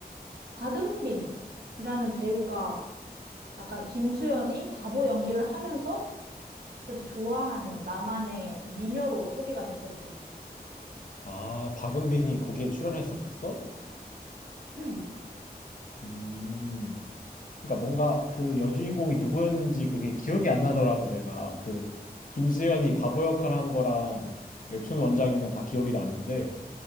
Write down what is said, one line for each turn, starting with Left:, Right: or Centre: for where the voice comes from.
Right: 박은빈이라는 배우가 약간 김수현이 바보 연기를 하면서 그래도 좋아하는 나만의 미녀로 소개가 됐었지.
Left: 아, 박은빈이 거기에 출연했었었어?
Right: 응.
Left: 음, 그러니까 뭔가 그 여주인공이 누구였는지 그게 기억이 안 나더라고 내가 그 김수현이 바보 역할 한 거랑 웹툰 원작인 건 다 기억이 나는데